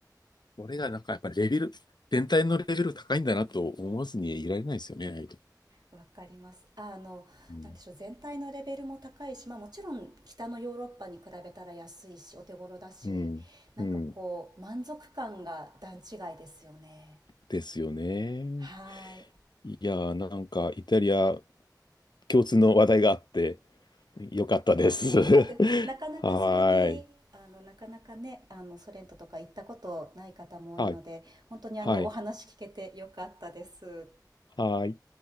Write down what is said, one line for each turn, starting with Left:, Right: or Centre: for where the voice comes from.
Left: 俺がなんかやっぱレベル、全体のレベル高いんだなと思わずにいられないですよね、ああいうとこ
Right: わかりますあのなんでしょう全体のレベルも高いし、
Left: うん。
Right: まあ、もちろん北のヨーロッパに比べたら安いしお手頃だしなんかこう満足感が段違いですよね
Left: うん。うんですよね。
Right: はい
Left: いやー、なんかイタリア共通の話題があってよかったです。
Right: <laughs> よかったですなかなかそれにあのなかなかねあのソ連ととか行ったことない方も多いので本当にあのお話聞けてよかったです。
Left: <laughs> はーい。はい。はい。はい。